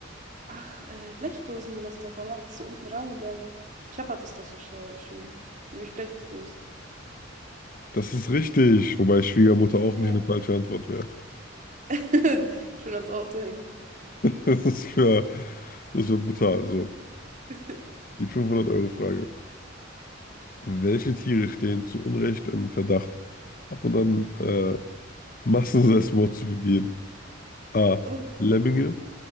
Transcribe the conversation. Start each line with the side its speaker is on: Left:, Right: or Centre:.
Right: Ach, äh, Blechdosen sind das doch. Man macht es so unten dran und dann klappert es doch so scho- schön. Nämlich Blechdosen.
Left: Das ist richtig, wobei Schwiegermutter auch
Right: Äh,
Left: nicht eine falsche Antwort wäre. <laughs>
Right: <laughs> Schön ans Auto hängen.
Left: Das ist für, das wäre brutal. So,
Right: <laughs>
Left: die 500-Euro-Frage. Welche Tiere stehen zu Unrecht im Verdacht, ab und an äh, Massenselbstmord zu begehen? A.
Right: Oh,
Left: Lemminge.